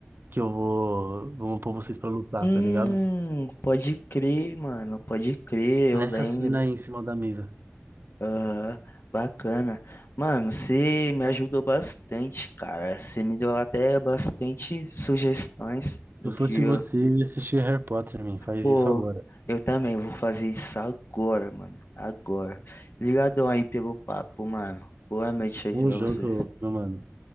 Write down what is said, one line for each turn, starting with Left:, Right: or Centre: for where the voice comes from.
Right: que eu vou, vou pôr vocês pra lutar,
Left: hum,
Right: tá ligado?
Left: pode crer, mano, pode crer, eu
Right: Nessa
Left: lembro.
Right: cena aí em cima da mesa.
Left: Aham, bacana. Mano, você me ajudou bastante, cara. Você me deu até bastante sugestões do
Right: Se eu
Left: que
Right: fosse você, eu ia assistir Harry Potter, man. Faz
Left: Pô,
Right: isso agora.
Left: eu também vou fazer isso agora, mano. Agora. Obrigadão aí pelo papo, mano. Boa noite aí
Right: Tamo
Left: pra
Right: junto,
Left: você.
Right: meu mano.